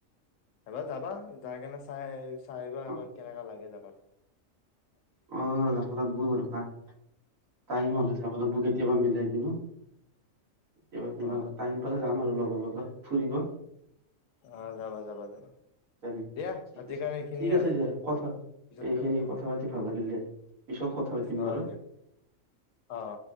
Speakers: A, on the left; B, on the right.
A: এবাৰ যাবা, যাই কেনে চাই। চাই আহিবা
B: অ
A: এপাক কেনেকা লাগে জেগাখন।
B: অ যাব লাগিব বাৰু টাইম হলে, যাব
A: উম,
B: লাগিব কেতিয়াবা মিলাই কিনে। কেতিয়াবা তোমাৰ
A: অ
B: টাইম পালে যাম আৰু লগত। লগ লগত ফুৰিব।
A: আহ যাবা যাবা যাবা,
B: জানি।
A: দিয়া
B: ঠিক
A: আজি
B: আছে
A: কাৰণে সেইখিনিয়ে
B: ঠিক আছে
A: আৰু
B: দিয়া
A: পিছতকে
B: কথা এইখিনি
A: কথা পাতিম।
B: পাতি ভাল লাগিল দে, পিছত কথা পাতিম
A: অ
B: বাৰু।
A: দিয়া অ অ